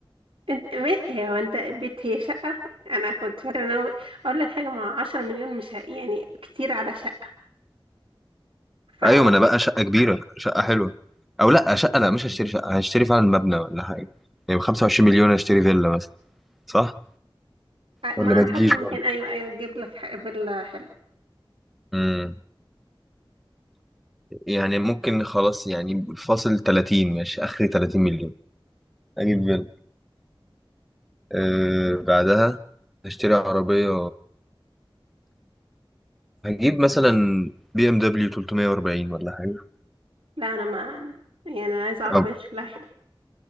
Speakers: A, on the right; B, in the centre.
A: انت بيت هو انت بيت هي شقة انا كنت فاكرة ان هو اقول لك حاجة مع عشرة مليون مش ه- يعني كتير على شقة فهو
B: ايوه ما انا بقى شقه كبيره شقه حلوه او لا شقه لا مش هشتري شقه هشتري فعلا مبنى ولا حاجه يعني ب 25 مليون اشتري فيلا مثلا صح؟ ولا
A: ما على
B: ما تجيش
A: حسب المكان
B: برضه؟
A: ايوه ايوه تجيب لك ح- فيلا حلو
B: امم يعني ممكن خلاص يعني فاصل 30 ماشي اخري 30 مليون اجيب فيلا أه بعدها هشتري عربية هجيب مثلا بي ام دبليو 340 ولا حاجة
A: لا انا ما يعني انا عايزة عربية
B: أه
A: شكلها حلو